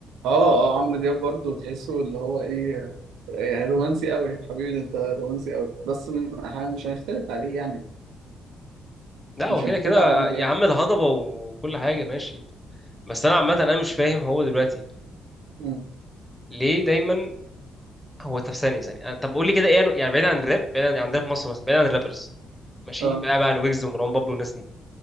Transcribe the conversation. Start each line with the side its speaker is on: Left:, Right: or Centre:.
Right: اه
Centre: و...
Right: اه عمرو دياب برضه تحسه اللي هو ايه يعني رومانسي قوي حبيبي ده انت رومانسي قوي بس م- ح- مش هنختلف عليه يعني
Centre: لا هو
Right: مش
Centre: كده
Right: هنختلف
Centre: كده
Right: على عمرو دياب
Centre: يا عم الهضبه وكل حاجه ماشي بس انا عامه انا مش فاهم هو دلوقتي
Right: مم.
Centre: ليه دايما هو طب ثانيه ثانيه آه، طب قول لي كده ايه أنو- يعني بعيد عن الراب بعيد عن عن راب مصر مثلا بعيد عن الرابرز ماشي
Right: اه
Centre: بقى بقى عن ويجز ومروان بابلو والناس دي